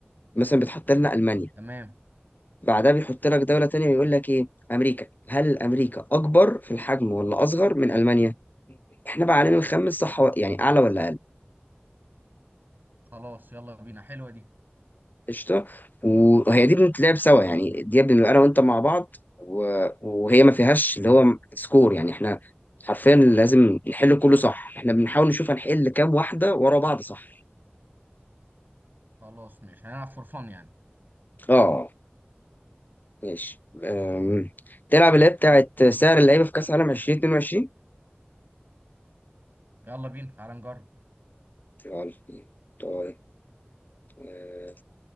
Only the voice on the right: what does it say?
تمام
خلاص يلا بينا حلوة دي
خلاص ماشي هنلعب فور فن يعني
يلا بينا تعال نجرب